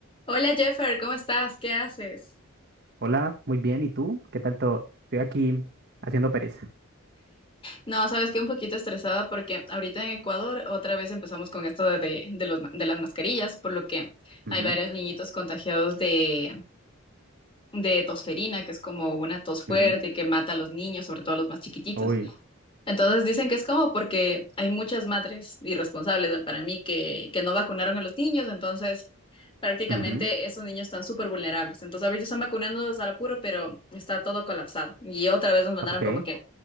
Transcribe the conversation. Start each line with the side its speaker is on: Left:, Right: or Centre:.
Left: Hola Jeffer, ¿cómo estás? ¿Qué haces?
Right: Hola, muy bien. ¿Y tú? ¿Qué tal todo? Estoy aquí haciendo pereza.
Left: No, sabes que un poquito estresada porque ahorita en Ecuador otra vez empezamos con esto de, de los, de las mascarillas, por lo que
Right: Ujú,
Left: hay varios niñitos contagiados de, de tosferina, que es como una tos fuerte
Right: ujú.
Left: y que mata a los niños, sobre todo a los más chiquititos.
Right: Uy,
Left: Entonces dicen que es como porque hay muchas madres irresponsables para mí que, que no vacunaron a los niños, entonces prácticamente
Right: ujú,
Left: esos niños están súper vulnerables. Entonces ahorita están vacunándolos al apuro, pero está todo colapsado. Y otra vez nos mandaron
Right: ok.
Left: como que